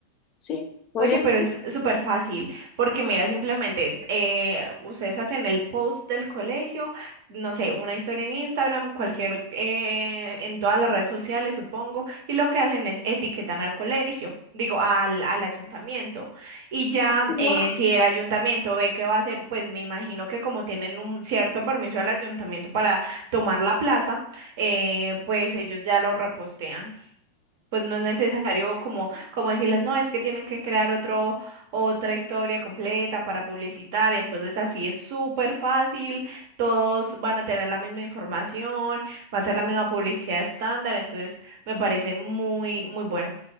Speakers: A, on the left; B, on the right.
A: Sí, podría
B: Oye, pero
A: ser.
B: es súper fácil, porque mira, simplemente eh, ustedes hacen el post del colegio, no sé, una historia en Instagram, cualquier, eh, en todas las redes sociales, supongo, y lo que hacen es etiquetan al colegio, digo, al, al ayuntamiento. Y ya,
A: ¿no?
B: eh, si el ayuntamiento ve que va a hacer, pues me imagino que como tienen un cierto permiso del ayuntamiento para tomar la plaza, eh, pues ellos ya lo repostean pues no es necesario como, como decirles, no, es que tienen que crear otro, otra historia completa para publicitar, entonces así es súper fácil, todos van a tener la misma información, va a ser la misma publicidad estándar, entonces me parece muy, muy bueno.